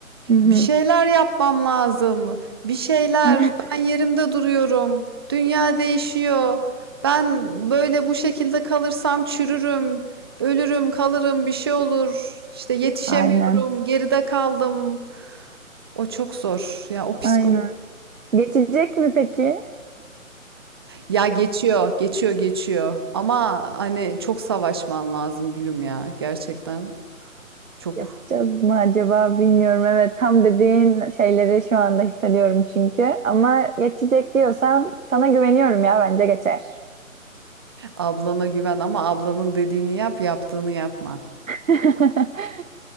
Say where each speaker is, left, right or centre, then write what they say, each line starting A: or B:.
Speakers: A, on the right; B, on the right.
A: Hı hı.
B: Bir şeyler yapmam lazım. Bir şeyler.
A: Evet.
B: Ben yerimde duruyorum. Dünya değişiyor. Ben böyle bu şekilde kalırsam çürürüm. Ölürüm, kalırım, bir şey olur. İşte yetişemiyorum,
A: Aynen.
B: geride kaldım. O çok zor. Ya o psikolojik.
A: Aynen. Geçecek mi peki? <laughs>
B: Ya geçiyor, geçiyor, geçiyor. Ama hani çok savaşman lazım gülüm ya. Gerçekten çok.
A: Yapacağız mı acaba bilmiyorum. Evet tam dediğin şeyleri şu anda hissediyorum çünkü. Ama geçecek diyorsan sana güveniyorum ya bence geçer.
B: Ablana güven ama ablanın dediğini yap, yaptığını yapma.
A: <laughs>